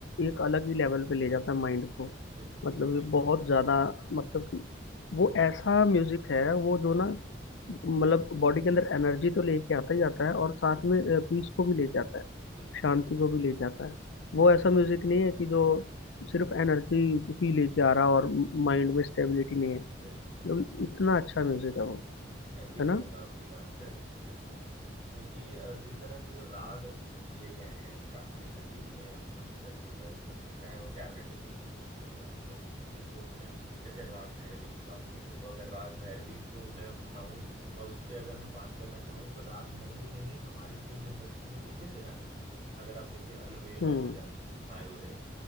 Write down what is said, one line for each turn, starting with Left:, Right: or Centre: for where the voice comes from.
Left: एक अलग ही लेवल पे ले जाता है माइंड को
Right: बिल्कुल
Left: मतलब
Right: बिल्कुल
Left: कि बहुत ज्यादा मतलब कि
Right: बिल्कुल
Left: वो
Right: बिल्कुल
Left: ऐसा म्यूजिक है वो जो ना
Right: हम्म,
Left: मतलब बॉडी के अंदर एनर्जी तो लेके आता ही आता है और साथ में पीस को भी लेके आता है
Right: बिल्कुल
Left: शांति
Right: बिल्कुल
Left: को भी लेके आता है वो
Right: एग्री
Left: ऐसा म्यूजिक
Right: करूंगा
Left: नहीं है कि जो सिर्फ एनर्जी ही लेके आ रहा और माइंड में स्टेबिलिटी नहीं है
Right: बिल्कुल
Left: जो
Right: बिल्कुल
Left: इतना अच्छा म्यूजिक है वो
Right: एग्री
Left: है
Right: करूंगा
Left: ना
Right: आपकी बात से बिल्कुल क्योंकि अ, जिस तरह के जो राग दिए गए हैं शास्त्रीय संगीत में और क्लासिकल सिंगर्स में चाहे वो कार्नेटिक म्यूजिक देखो क्लासिकल म्यूजिक देखो उसमें जैसे राग भैरवी की बात गई है तो अगर राग भैरवी को मैं उठाऊं और उस पर अगर मैं बात करना चाहूँ तो राग भैरवी में ही हमारी फिल्म इंडस्ट्री में कितने से गाने बने अगर आप देखिए अलवेला
Left: हम्म
Right: सजन आयो रे